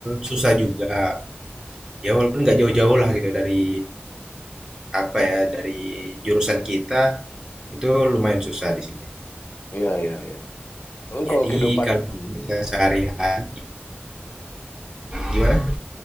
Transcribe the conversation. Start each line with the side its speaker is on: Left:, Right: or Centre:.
Right: susah juga. Ya walaupun nggak jauh-jauh lah gitu dari apa ya dari jurusan kita itu lumayan susah di sini.
Left: Iya iya iya. Emang
Right: Jadi
Left: kalau kehidupan
Right: kalau
Left: hmm,
Right: kita sehari-hari gimana?